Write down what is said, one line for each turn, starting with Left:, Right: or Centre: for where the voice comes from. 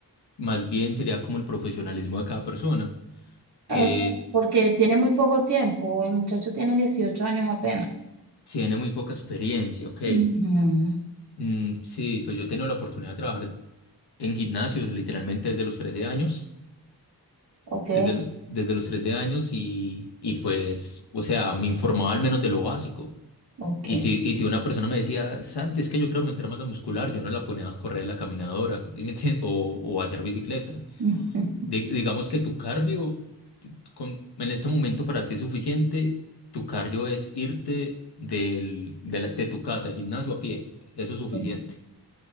Left: más bien sería como el profesionalismo de cada persona. Eh,
Right: Eso, porque tiene muy poco tiempo. El muchacho tiene dieciocho años apenas.
Left: tiene muy poca experiencia, ok.
Right: Ujú.
Left: Mm, sí, pues yo he tenido la oportunidad de trabajar en gimnasios literalmente desde los 13 años,
Right: Ok,
Left: desde los, desde los 13 años y, y pues, o sea, me informaba al menos de lo básico.
Right: ok.
Left: Y si, y si una persona me decía, Santi, es que yo quiero aumentar masa muscular, yo no la ponía a correr en la caminadora, ¿sí me entiendes? O, o a hacer bicicleta.
Right: <laughs>
Left: Di- digamos que tu cardio, t- con- en este momento para ti es suficiente, tu cardio es irte del, de, la- de tu casa al gimnasio a pie, eso es suficiente.
Right: Es-